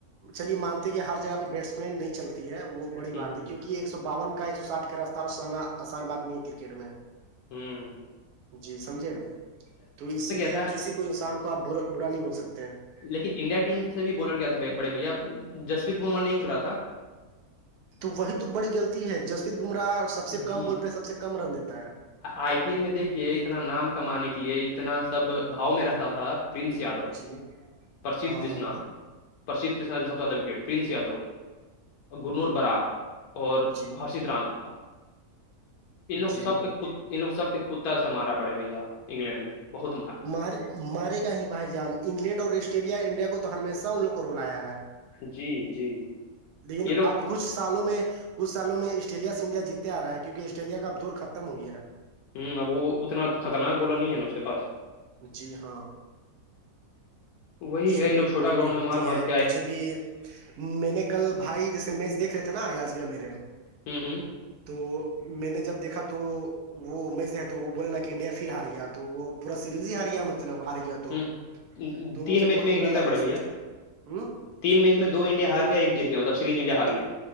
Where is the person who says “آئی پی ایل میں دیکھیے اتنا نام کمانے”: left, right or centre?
Left